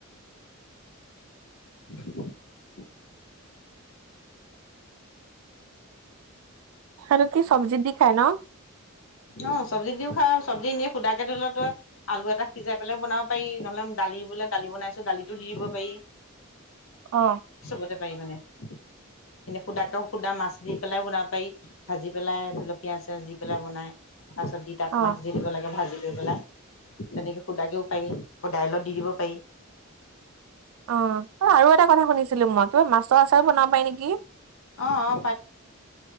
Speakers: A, on the left (about 70°); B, on the right (about 80°).
A: <unintelligible>
B: আৰু কি চব্জি দি খায় ন।
A: অ চব্জি দিও খাওঁ চব্জি এনেই সুধাকে ধৰি লও তই আলু এটা সিজাই পেলাইও বনাব পাৰি নহলে দালি বোলে দালি বনাইছো দালিতো দি দিব পাৰি।
B: অ
A: চবতে মে এ সুদাকে সুদা মাছ দি পেলাই বনাব পাৰি ভাজি পেলাই ধৰি লওক পিয়াজ চিয়াজ দি পেলাই বনাই তাৰ পিছত দি তাত
B: অ
A: মাছ দি দিব লাগে ভাজি দি পেলাই তেনেকে সুধাকেও পাৰি দাইলত দি দিব পাৰি
B: অ আৰু এটা কথা শুনিছিলো মই কিবা মাছৰ আছাৰ বনাব পাই নেকি।
A: অ অ